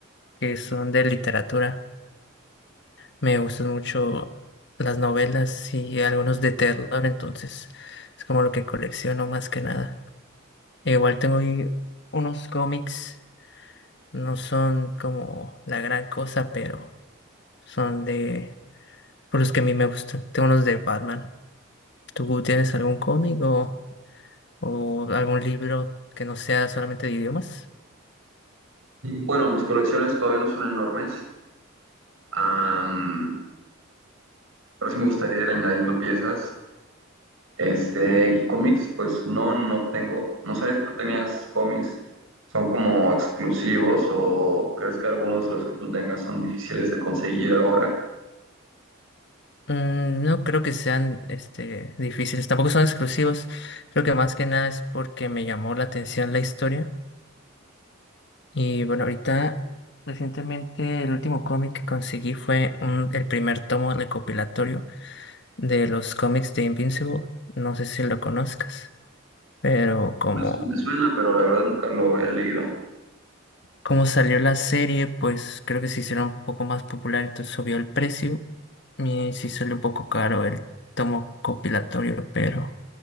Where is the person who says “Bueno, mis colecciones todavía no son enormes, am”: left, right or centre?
Right